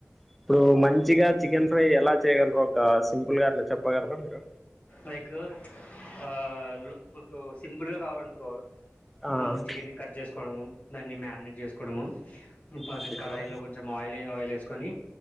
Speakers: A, in the centre; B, on the left.
A: ఇప్పుడు మంచి మంచిగా చికెన్ ఫ్రై ఎలా చేయగలరో ఒక సింపుల్ గా అట్లా చెప్పగలరా మీరు
B: లైక్ ఆ మాకు సింపుల్గా కావాలనుకో
A: ఆ ఆ
B: మామూలుగా చికెన్ని కట్ చేసుకోడము దాన్ని మ్యారినేట్ చేసుకోడమో పక్కన
A: ఓకే
B: కడాయిలో
A: బ్రో
B: కొంచెం ఆయిలె ఆయిల్ వేసుకొని